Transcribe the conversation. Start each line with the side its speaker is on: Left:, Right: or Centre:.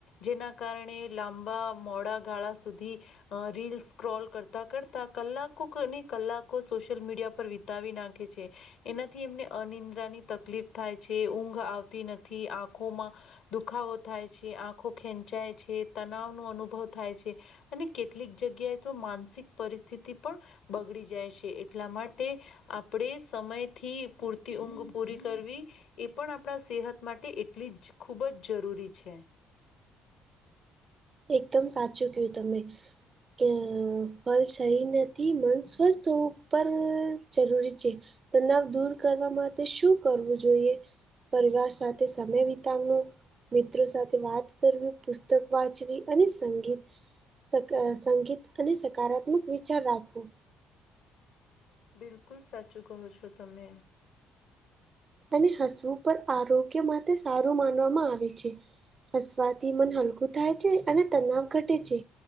Left: જેના કારણે લાંબા મોડા ગાળા સુધી અ રીલ સ્ક્રોલ કરતા કરતા કલાકોને કલાકો સોશિયલ મીડિયા પર વિતાવી નાખે છે. એનાથી એમને અનિદ્રાની તકલીફ થાય છે ઊંઘ આવતી નથી. આંખોમાં દુખાવો થાય છે, આંખો ખેંચાય છે, તનાવ નો અનુભવ થાય છે, અને કેટલીક જગ્યાએ તો માનસિક પરિસ્થિતિ પણ બગડી જાય છે એટલા માટે આપણેે સમય થી પૂરતી ઊંઘ પૂરી કરવી એ પણ આપણા સેહત માટે એટલી જ ખૂબ જ જરૂરી છે.
Right: એકદમ સાચું કયું તમે કે ફળ શરીર નથી મન સ્વસ્થ હોવું પણ જરૂરી છે. તનાવ દૂર કરવા માટે શું કરવું જોઈએ? પરિવાર સાથે સમય વિતાવવો મિત્રો સાથે વાત કરવી પુસ્તક વાચ ચવી અને સંગીત સ સંગીત અને સકારાત્મક વિચાર રાખવો.
Left: બિલકુલ સાચું કહો છો તમે.
Right: અને હસવું પર આરોગ્ય માટે સારું માનવામાં આવે છે. હસવાથી મન હલકું થાય છે અને તનાવ ઘટે છે.